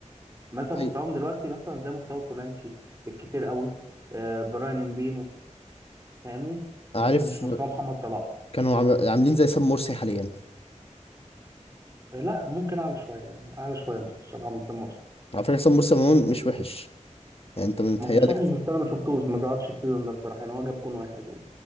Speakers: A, on the right; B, on the left.
A: مثلا مستواهم
B: أيوة
A: دلوقتي مثلا زي مستوى سولانكي بالكتير قوي آه براين امبيمو فاهمني
B: عارف
A: بس مش مستوى محمد صلاح
B: كانوا عم- عاملين زي سام مرسي حاليا
A: آه لا ممكن اعلى شويه يعني اعلى شويه بصراحه من سام مرسي
B: على فكرة سام مرسي عموما مش وحش يعني انت متهيألك
A: ما هو مش وحي المختار انا ما شفتوش ما ظهرش السيزون ده بصراحه يعني هو جاب جون واحد و-